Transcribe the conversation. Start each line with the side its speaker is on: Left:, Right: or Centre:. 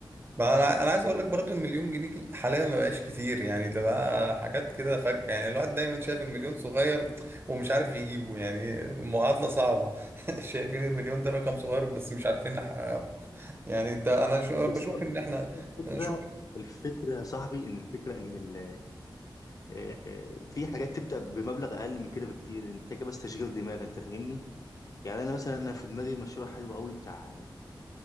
Right: ما انا انا عايز اقول لك برضو المليون جنيه حاليا ما بقاش كتير يعني ده بقى حاجات كده فكه يعني الواحد دايما شايف المليون صغير ومش عارف يجيبه يعني معادله صعبه <laughs> شايفين المليون ده رقم صغير بس مش عارفين نحققه يعني انت انا شو-
Left: بالظبط
Right: بشوف ان احنا
Left: الفكره
Right: نشوف
Left: الفكره يا صاحبي ان الفكره ان ال- آه، آه، في حاجات تبدا بمبلغ اقل من كده بكتير محتاجه بس تشغيل دماغ انت فاهمني يعني انا مثلا انا في دماغي مشروع حلو قوي بتاع